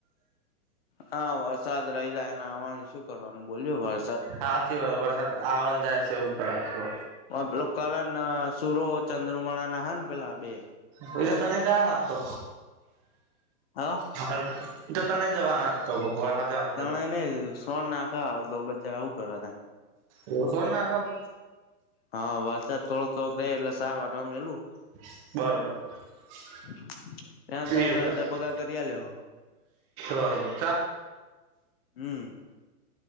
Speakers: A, on the left (about 40°); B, on the right (about 25°).
A: હા વરસાદ રહી જાય એને આ શું કરવાનું બોલજો વાર.
B: હાચી વાત વરસાદ આવવાન જાય છે એવુંચ કરા તો.
A: ઓ પેલો કરે ના સૂરો ચંદ્રમાણા ના હ ને પેલા બે
B: પૈસા તણી જ ના તો.
A: હા.
B: હા, તો ત્રણે જવાના હા તો કો. ગવા હાતે આવ
A: ત્રણે નહીં સો નાખા તો બચ્ચા આવું કરા તને.
B: એવું કોન નાખાઉં.
A: હા વરસાદ થોડક થોડકે એટલે સારવાર અમે એલું.
B: બરોબર
A: <inaudible> ત્યાં દ
B: એવું
A: દસ હજાર
B: એમ
A: પગાર કરીયા લેવ
B: બરોબર
A: હમ